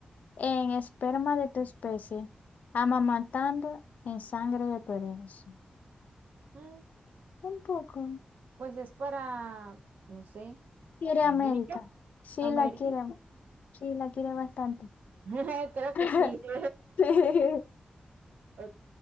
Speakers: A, on the left; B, on the right.
A: en esperma de tu especie, amamantando en sangre de tu herencia.
B: Mm,
A: Un poco.
B: pues es para, no sé,
A: Quiere
B: América.
A: América. Sí
B: América.
A: la quiere, sí la quiere bastante.
B: <laughs> Creo
A: <laughs>
B: que sí. <laughs>
A: Sí.
B: Ok,